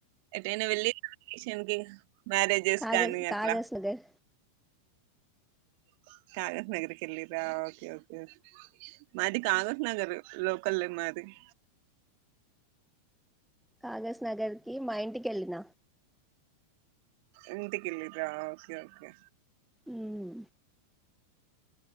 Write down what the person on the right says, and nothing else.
ఎటైనా వెళ్ళి ఓకేషన్‌కీ మ్యారేజెస్
కానీ
అట్లా
<inaudible> కాగస్ నాగర్ కి వెళ్ళిరా ఓకే ఓకే మాది కాగస్ నాగర్ లోకలే మాది <inaudible>
ఇంటికెళ్ళిండ్రా ఓకే ఓకే